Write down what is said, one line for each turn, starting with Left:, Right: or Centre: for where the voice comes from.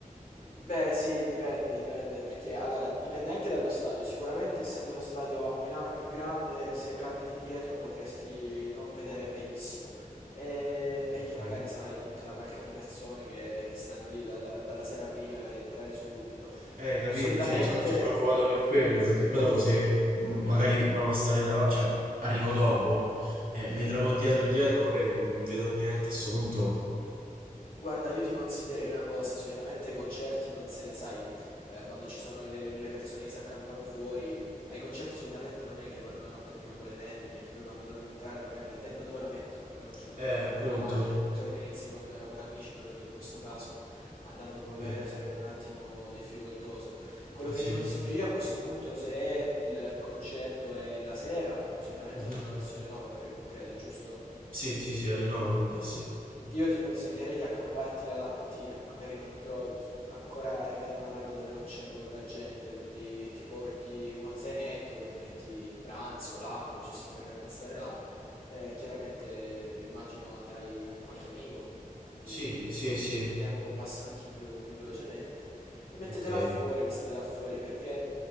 Left: beh, sì, dipende, dipende, perché allora dipende anche dallo stadio. Sicuramente, essendo lo stadio a Milano è più grande, se capiti dietro potresti non vedere benissimo. Eh, perché
Right: Ok.
Left: magari sai tutta la calca di persone che, che stanno lì dalla dalla sera prima per entrare subito.
Right: Eh, capito,
Left: Solitamente.
Right: cioè io so- sono preoccupato per quello, perché poi dopo se mh, magari provo a stare davanti, cioè arrivo dopo e mi trovo dietro e dietro, magari non vedo niente, a questo punto...
Left: Guarda, io ti consiglierei una cosa, solitamente ai concerti non se ne, sai, eh, quando ci sono le, le persone che si accampano fuori, mh, ai concerti solitamente non è che vanno la notte prima con le tende, perché poi quando devono entrare magari la tenda dove la mettono? A meno che tipo
Right: Eh,
Left: non vai
Right: appunto,
Left: con una macchina, ti organizzi con, con amici, però tu in questo caso andando con
Right: ok,
Left: l'aereo sarebbe un attimo difficoltoso. Quello
Right: eh
Left: che
Right: sì.
Left: ti consiglio io a questo punto, se il concerto è la sera, solitamente
Right: Mhm.
Left: lo fanno verso le 9, cre- credo, giusto?
Right: Sì, sì, sì, alle 9 dovrebbe essere.
Left: Io ti consiglierei di accamparti là la mattina, magari non trovi, ancora arrivi ad un orario dove non c'è molta gente, quindi ti porti uno zainetto dove ti metti il pranzo, l'acqua, giusto per, per stare là. Eh, chiaramente immagino andrai con qualche amico, quindi
Right: Sì, sì, sì,
Left: il tempo passa anche più, più velocemente. Vi mettete
Right: ok.
Left: là fuori, vi state là fuori, perché